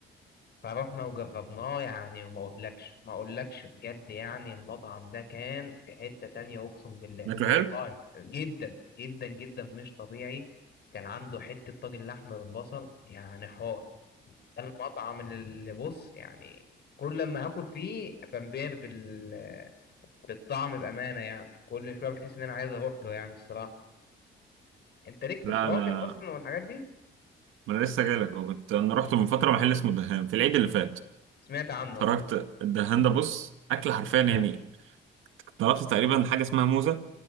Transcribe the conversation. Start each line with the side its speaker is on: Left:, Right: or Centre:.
Left: فروحنا وجربناه يعني وما اقولكش ما اقولكش بجد يعني المطعم ده كان في حتة تانية اقسم بالله
Right: شكله
Left: والله
Right: حلو؟
Left: جدا جدا جدا مش طبيعي كان عنده حتة طاجن لحمة بالبصل يعني حوار ده المطعم اللي اللي بص يعني كل لما هاكل فيه بنبهر بال... بالطعم بأمانة يعني كل شوية بحس ان انا عايز اروح له يعني الصراحة انت ليك في
Right: لا
Left: الطواجن
Right: انا
Left: اصلا والحاجات دي
Right: ما انا لسه جايلك اه كنت انا رحت من فتره محل اسمه الدهان في العيد اللي فات
Left: سمعت عنه
Right: خرجت
Left: اه
Right: الدهان ده بص اكل حرفيا يعني طلبت تقريبا حاجه اسمها موزه